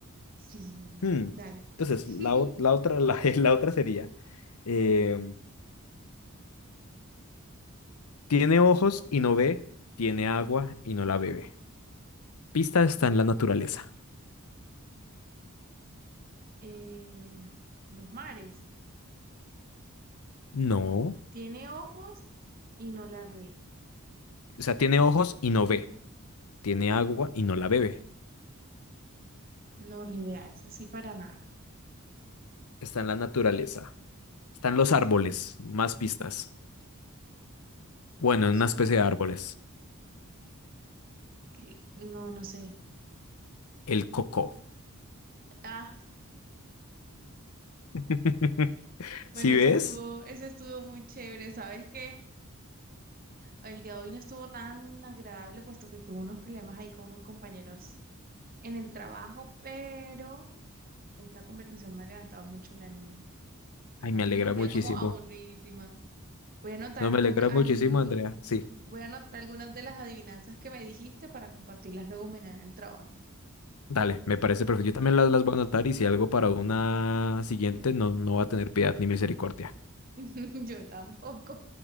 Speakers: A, on the right; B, on the left.
A: sí,
B: Hmm.
A: dale.
B: Entonces,
A: <laughs>
B: la, o- la otra, la, <laughs> la otra sería, em, tiene ojos y no ve, tiene agua y no la bebe. Pista está en la naturaleza.
A: Eh, los mares,
B: No.
A: tiene ojos y no la ve.
B: O sea, tiene ojos y no ve, tiene agua y no la bebe.
A: No, ni idea, eso sí, para nada.
B: Está en la naturaleza. Están los árboles,
A: Es-
B: más pistas. Bueno,
A: Las
B: en una
A: hojas.
B: especie de árboles.
A: que- No, no sé.
B: El coco.
A: Ah,
B: <laughs>
A: bueno,
B: ¿Sí
A: esa
B: ves?
A: estuvo, esa estuvo muy chévere. Sabes que el día de hoy no estuvo tan agradable, puesto que tuve unos problemas ahí con unos compañeros en el trabajo, pero esta conversación me ha levantado mucho el ánimo. Aparte
B: Ay, me alegra
A: me sentía
B: muchísimo.
A: como aburridísima. Voy a anotar
B: No, me alegra
A: una
B: muchísimo,
A: al,
B: Andrea. Sí.
A: voy a anotar algunas de las adivinanzas que me dijiste para compartirlas luego mañana en el trabajo.
B: Dale, me parece perfecto. Yo también las, las voy a anotar y si algo para una siguiente, no, no va a tener piedad ni misericordia.
A: <laughs> Yo tampoco.